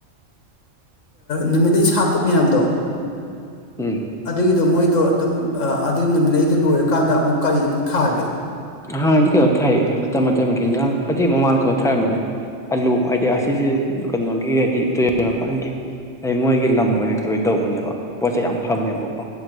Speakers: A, on the left (about 80°); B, in the centre.
A: ꯅꯨꯃꯤꯠ ꯂꯩ ꯁꯥꯠꯄ ꯃꯌꯥꯝꯗꯣ
B: ꯎꯝ
A: ꯑꯗꯨꯒꯤꯗꯣ ꯃꯣꯏ ꯑꯗꯨꯣ ꯑꯗꯨꯝ ꯑꯗꯨ ꯅꯨꯃꯤꯠꯂꯩ ꯑꯩꯗꯨ ꯂꯣꯏꯔꯀꯥꯟꯗ ꯑꯃꯨꯛ ꯀꯔꯤ ꯑꯃꯨꯛ ꯊꯥꯒꯦ
B: ꯑꯍꯥꯟꯅꯗꯤ ꯀꯩꯅꯣ ꯊꯥꯏ ꯃꯇꯝ ꯃꯇꯝꯒꯤ ꯏꯟꯖꯥꯡ ꯑꯗꯨꯏ ꯃꯃꯥꯡꯗ ꯀꯩꯅꯣ ꯊꯥꯔꯝꯕꯅꯦ ꯑꯂꯨ ꯍꯥꯏꯗꯤ ꯑꯁꯤꯁꯦ ꯀꯩꯅꯣꯒꯤ ꯍꯥꯏꯗꯤ ꯇꯨꯔꯦꯜ ꯃꯄꯥꯟꯒꯤ ꯂꯩꯉꯣꯏꯒꯤ ꯂꯝ ꯑꯣꯏꯔ ꯀꯩ ꯑꯣꯏ ꯇꯧꯕꯅꯦꯕ ꯄꯣꯠꯁꯦ ꯌꯥꯝ ꯐꯕꯅꯦꯕꯀꯣ